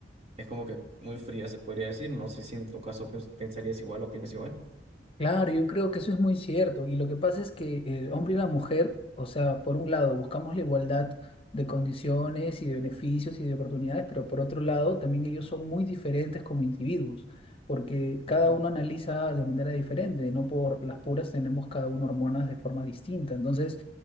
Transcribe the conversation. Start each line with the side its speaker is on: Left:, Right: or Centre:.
Right: es como que muy fría, se podría decir. No sé si en tu caso pens- pensarías igual, opinas igual.
Left: Claro, yo creo que eso es muy cierto. Y lo que pasa es que el hombre y la mujer, o sea, por un lado buscamos la igualdad de condiciones y de beneficios y de oportunidades, pero por otro lado también ellos son muy diferentes como individuos, porque cada
Right: Ujú,
Left: uno analiza de manera diferente, no por las puras tenemos cada uno hormonas de forma distinta. Entonces,